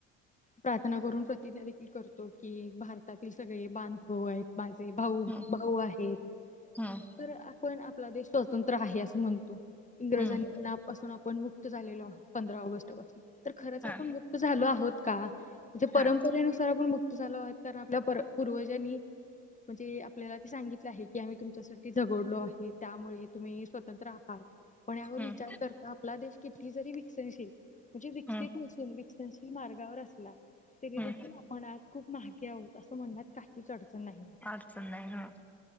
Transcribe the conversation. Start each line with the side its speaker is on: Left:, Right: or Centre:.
Left: प्रार्थना करून प्रतिज्ञा देखील करतो की भारतात ते सगळे बांधव आहेत. माझे भाऊ
Centre: हम्म
Left: भाऊ आहेत.
Centre: हम्म
Left: तर आपण आपला देश स्वतंत्र आहे असं म्हणतो. इंग्रजां
Centre: हम्म
Left: नापासून आपण मुक मुक्त झालेलो. पंधरा ऑगस्ट पासून, तर खरंच
Centre: हा
Left: आपण मुक्त झालो आहोत का? म्हणजे परंपरेनुसार
Centre: हा
Left: आपण मुक्त झालो आहेत तर आपल्या पर पूर्वजांनी म्हणजे, आपल्याला ते सांगितलं आहे की आम्ही तुमच्यासाठी झगडलो आहे त्यामुळे तुम्ही स्वतंत्र आहात. पण यावर
Centre: हम्म
Left: विचार करता आपला देश किती जरी विकसनशील म्हणजे विकसित
Centre: हम्म
Left: नसून विकसनशील मार्गावर असला तरी
Centre: हम्म
Left: देखील आपण आज खूप महागे आहोत असं म्हणण्यात काहीच अडचण नाही.
Centre: अडचण नाही हा